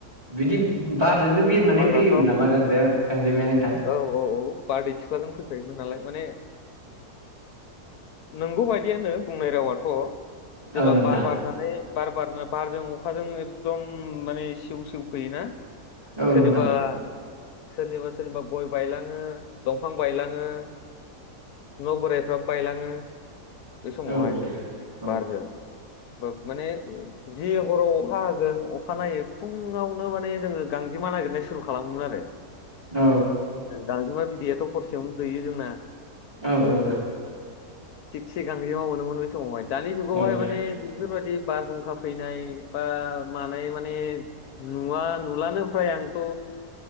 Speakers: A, on the right; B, on the left.
A: बिदि बारजोंनो बिरनानै
B: हाग्राफ्राव
A: फैयोमोन नामा गांजे-गांजेमाया नोंथां?
B: औ औ औ बारदै सिख्लाजों फैफायोमोन नालाय, माने नंगौ बायदियानो बुंनाय रावाथ'। जेब्ला
A: औ नोंथां
B: बार बारनानै बार बारनो बारजों अखाजों एकदम माने सिउ सिउ फैयोना,
A: औ
B: सोरनिबा
A: नोंथां
B: सोरनिबा सोरनिबा गय बायलाङो, दंफां बायलाङो, न' बोराइफ्राबो बायलाङो बे समावहाय
A: औ औ औ
B: बारजों। माने जि हराव अखा हागोन अखा नायो फुङावनो माने जोङो गां जेमा नागिरनाय सुरु खालामोमोन आरो।
A: औ
B: गांजेमा बिदैयाथ' हरसेयावनो दैयो जोंना।
A: ओ ओ।
B: थिगसे गांजेमा मोनोमोन बै समावहाय। दानि जुगावहाय
A: औ
B: माने बेफोरबायदि बारहुंखा फैनाय बा मानाय माने नुवा नुलानो फ्राय आंथ'